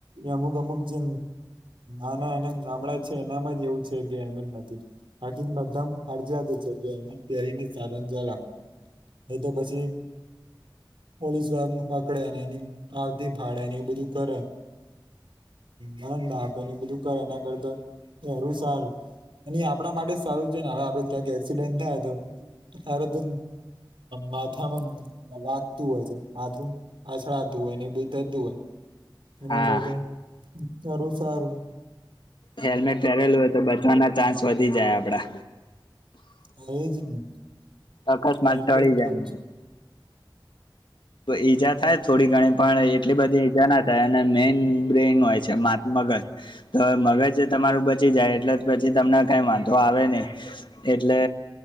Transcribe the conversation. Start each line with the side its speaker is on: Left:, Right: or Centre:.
Right: એ અમુક અમુક જે આના આના ગામડા છે એનામાં જ એવું છે કે હેમેટ નથી. હાકીદમ હર જતો પરી સાધન ચલા એ તો પછી. પોલીસ વાળા પકડે, ને એની આરતી ભાડે ને એવું બધું કરે. હમંદેને બધું કરે એના કરતા એારું સારું. એ આપણા માટે જ સારું છે ને હવે આપડે ક્યાંક એક્સિડેન્ટ થાય તો આારદ માથ મમ વા હોય છે માથું આછળતું હોય ને એ બધું થતું હોય એના
Left: હા
Right: કર. સારું સારું.
Left: હેલ્મેટ પહેરેલું હોય તો બચવાના ચાન્સ વધી જાય આપડા.
Right: હા એ જ ને
Left: અકસ્માત
Right: એટલે
Left: ટળી
Right: જ થવું
Left: જાય
Right: છે.
Left: તો ઈજા થાય થોડી ઘણી પણ એટલી બધી ઈજા ના થાય અને મેઈન બ્રેઇન હોય છે. માત્ મગજ તો મગજ તમારું બચી જાય એટલે પછી તમને કઈ વાંધો આવે નહી. એટલે